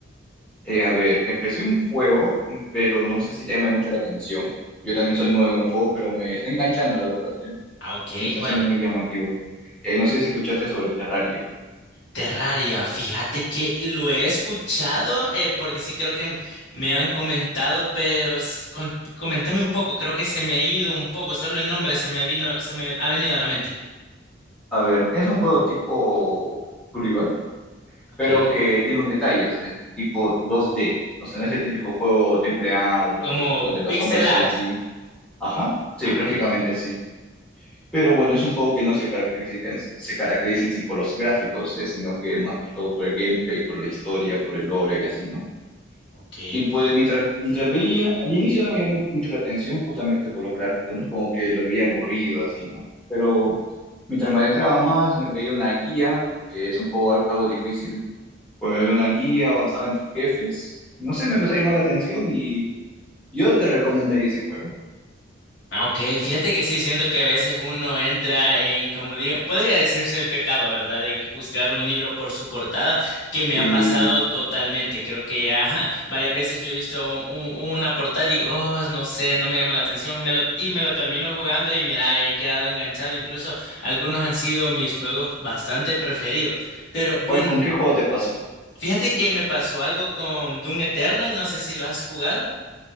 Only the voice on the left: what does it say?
Ah, ok,
¿cuál?
Terraria, fíjate que lo he escuchado, eh, porque sí creo que me han comentado, pero s- con- coméntame un poco, creo que se me ha ido un poco, solo el nombre se me vino, se me ha venido a la mente.
Okay.
Como
pixel
art.
Ah,
ok.
Ok.
Ah, Ok, fíjate que sí, siento que a veces uno entra en, como digo, podría decirse el pecado, ¿verdad? De juzgar un libro por su portada, que me
ha pasado totalmente. Creo que ya <laughs> varias veces yo he visto un- un- una portada y digo, oh, no sé, no me llama la atención, me lo, y me lo termino jugando y mira, he quedado enganchado. Incluso algunos han sido mis juegos bastante preferidos. Pero bueno,
fíjate que me pasó algo con Doom Eternal, no sé si lo has jugado.